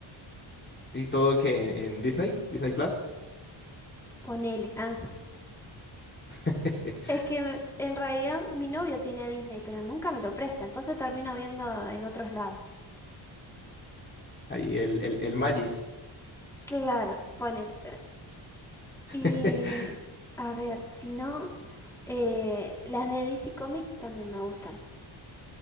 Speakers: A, on the left (about 25°); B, in the centre.
A: Y todo que en Disney, Disney Plus.
B: Ponele. Ah.
A: <laughs>
B: Es que me- en realidad mi novio tiene Disney, pero nunca me lo presta, entonces termino viendo en otros lados.
A: Ahí el, el, el Magis.
B: Claro, ponele. Y
A: <laughs>
B: a ver, si no, eh, las de DC Comics también me gustan.